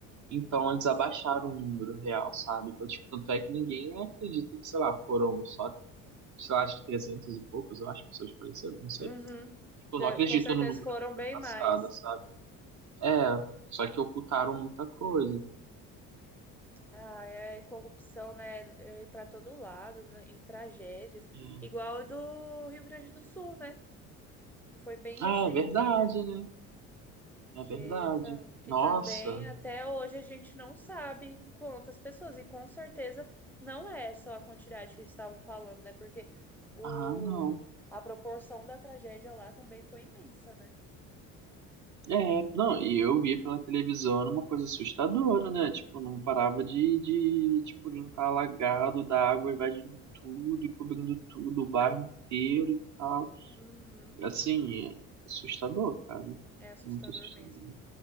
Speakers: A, on the right (about 45°); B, in the centre.
A: Então,
B: Nossa.
A: eles abaixaram o número real, sabe? Então, tipo, tanto é que ninguém acredita que, sei lá, foram só, sei lá, acho que 300 e poucos, eu acho, pessoas faleceram, não sei.
B: Uhum.
A: Tipo,
B: De-
A: não acredito
B: Com certeza
A: no número
B: foram
A: que foi
B: bem
A: passado,
B: mais.
A: sabe? É, só que ocultaram muita coisa.
B: Ah, é corrupção, né? É para todo lado, né, em tragédias.
A: Hum.
B: Igual a do Rio Grande do Sul, né? Que foi bem recente.
A: Ah, é verdade, né? É
B: Que,
A: verdade.
B: tam- que
A: Nossa.
B: também até hoje a gente não sabe quantas pessoas. E com certeza não é só a quantidade que estavam falando, né? Porque o...
A: Ah, não.
B: a proporção da tragédia lá também foi imensa, né?
A: É, não, e eu via pela televisão era uma coisa assustadora, né? Tipo, não parava de, de tipo, de não estar alagado da água invadindo tudo, e cobrindo tudo, o bairro inteiro e tal.
B: Uhum.
A: Assim, é assustador, cara.
B: É assustador
A: Muito assustador.
B: mesmo.